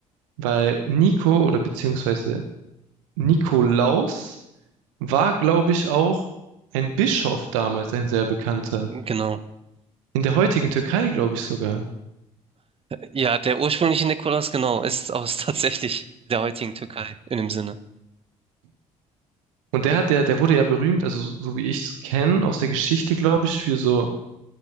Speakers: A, on the right; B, on the right.
A: weil Nico oder beziehungsweise Nikolaus War, glaube ich, auch ein Bischof damals, ein sehr bekannter.
B: Genau.
A: In der heutigen Türkei, glaube ich sogar.
B: Ja, der ursprüngliche Nikolaus, genau, ist aus <laughs> tatsächlich der heutigen Türkei in dem Sinne.
A: Und der hat ja, der wurde ja berühmt, also so so wie ich es kenne aus der Geschichte, glaube ich, für so,